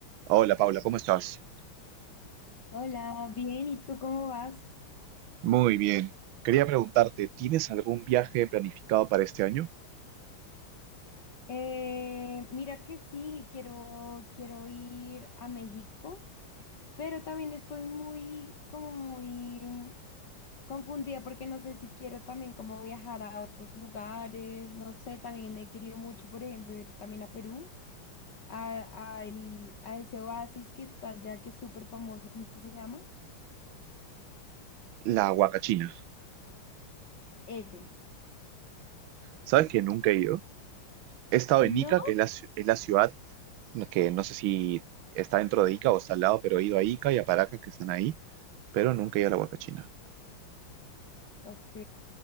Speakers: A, on the right (about 75°); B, on the left (about 50°).
A: Hola Paula, ¿cómo estás?
B: Hola, bien, ¿y tú cómo vas?
A: Muy bien. Quería preguntarte, ¿tienes algún viaje planificado para este año?
B: Eh, mira que sí, quiero, quiero ir a México, pero también estoy muy, como muy mm, confundida porque no sé si quiero también como viajar a otros lugares, no sé, también he querido mucho, por ejemplo, ir también a Perú, a, a el- a ese oasis que está allá, que es súper famoso, ¿cómo es que se llama?
A: La Huacachina.
B: Ese.
A: ¿Sabes que nunca he ido? He estado
B: No,
A: en Ica, que es la, ci- es la ciudad que no sé si está dentro de Ica o está al lado, pero he ido a Ica y a Paracas que están ahí, pero nunca he ido a la Huacachina.
B: Ok.